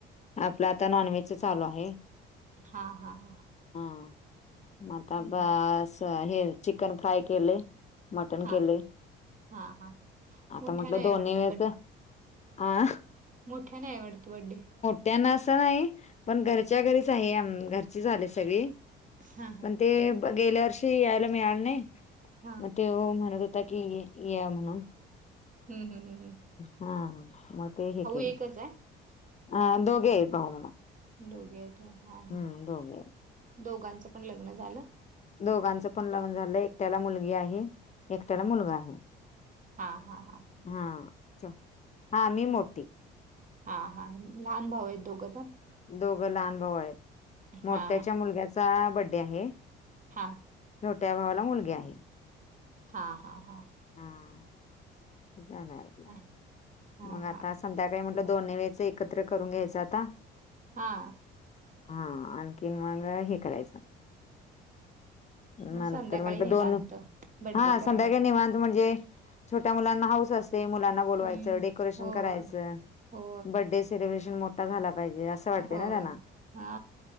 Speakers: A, on the left; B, on the right.
A: आपलं आता नॉनव्हेजचं चालूं आहे
B: हां हां हां
A: हां आता
B: हं,
A: बसं हे चिकन फ्राय केलें आहे मटंण
B: हां,
A: केलं
B: हां, हां.
A: आता
B: मोठ्याने
A: म्हटलं
B: आहे
A: दोन्हीं
B: वाटतं
A: वेळेस द्या आ..
B: मोठ्यां ने हांय वाटतो बड्डे
A: त्यांना असं नाहीं पणं घरच्यां घरीचं आहे घरची झाले सगळीं
B: हा हा
A: पणं ते गेल्यां वर्षी यांयला मिळालं नाहीं
B: हा
A: तेंव्हा म म्हणतं होतां की यां म्हणून
B: हम्मं हम्मं हम्मं हम्मं
A: हां म ते हं केले
B: एकच आहे
A: हा दोघई आहे भाऊ
B: दोघे हां हां
A: हम्म दोघे आहेत.
B: दोघांचं पणं लग्नं झालं
A: दोघांचं पणं लग्नं झालं एकट्यांला मुलगी आहे एकट्यांला मुलगां आहे
B: हां हां हां
A: हां चं हां मी मोठीं
B: हां हां लहांन भाऊ आहेत दोघं पणं
A: दोघं लहांन भाऊ आहेत मोठ्यांच्या
B: हा
A: मुलग्यांचा बड्डे आहे
B: हां
A: छोट्यां भावांला मुलगी आहे
B: हां हां हां
A: हां हंम
B: आणि- हा
A: मंग
B: हा
A: आतास आणि त्या काळी म्हट दोन्ही वेळेच एकत्र करून घ्यायचं आता.
B: हा!
A: हा आणखीन मग हे करायचं.
B: मग
A: नंतर
B: संध्याकाळी
A: म्हंटलं
B: निवांत
A: दोन
B: बड्डे
A: हा
B: करायला
A: संध्याकाळी निव त म्हणजे छोट्या मुलांना हौस असते मुलांना बोलवायचं
B: हम्म
A: डेकोरेशन
B: हो
A: करायचं,
B: हो
A: बर्थडे सेलिब्रेशन मोठा झाला पाहिजे असं. वाटते
B: होय,
A: ना त्यांना
B: हा!